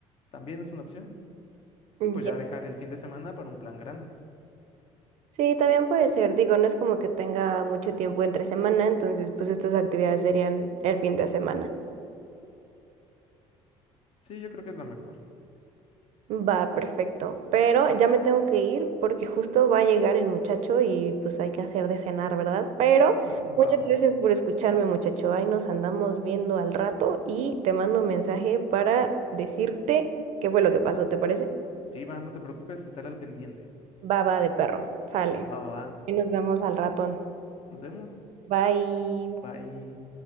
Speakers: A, on the left (about 50°); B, on the right (about 65°).
A: También es una opción.
B: Ya.
A: Y pues ya dejar el fin de semana para un plan grande.
B: Sí, también puede ser. Digo, no es como que tenga mucho tiempo entre semana, entonces pues estas actividades serían el fin de semana.
A: Sí, yo creo que es lo mejor.
B: Va, perfecto. Pero ya me tengo que ir porque justo va a llegar el muchacho y pues hay que hacer de cenar, ¿verdad? Pero
A: <laughs>
B: muchas
A: Va, va.
B: gracias por escucharme, muchacho. Ahí nos andamos viendo al rato y te mando un mensaje para decirte qué fue lo que pasó, ¿te parece?
A: Sí, va, no te preocupes, estaré al pendiente.
B: Baba de perro. Sale.
A: Va, va, va.
B: Y nos vemos al ratón.
A: Nos vemos.
B: Bye.
A: Bye.